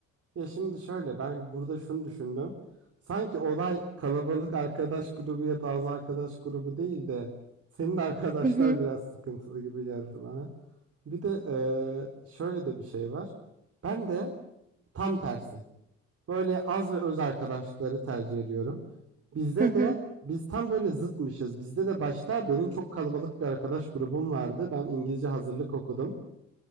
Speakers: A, on the right (about 50°); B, on the right (about 30°).
A: Ya şimdi şöyle ben burada şunu düşündüm. Sanki olay kalabalık arkadaş grubu ya da az arkadaş grubu değil de senin de arkadaşlar
B: Hı hı.
A: biraz sıkıntılı gibi geldi bana. Bir de eee, şöyle de bir şey var. Ben de tam tersi. Böyle az ve öz arkadaşlıkları tercih ediyorum. Bizde
B: Hı hı.
A: de biz tam böyle zıtmışız. Bizde de başta benim çok kalabalık bir arkadaş grubum vardı. Ben İngilizce hazırlık okudum.